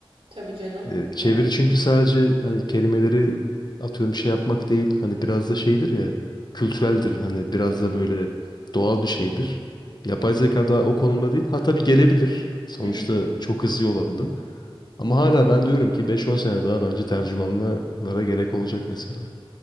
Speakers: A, on the right; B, on the left.
A: Tabii canım
B: E, çeviri
A: ya
B: çünkü sadece hani kelimeleri atıyorum şey yapmak değil hani biraz da şeydir ya kültüreldir hani biraz
A: tabii.
B: da böyle doğal bir şeydir. Yapay zeka da o konumda değil. Ha tabii gelebilir. Sonuçta
A: <laughs>
B: çok hızlı yol aldı. Ama hala ben diyorum ki beş on sene daha bence tercümanlara gerek olacak mesela.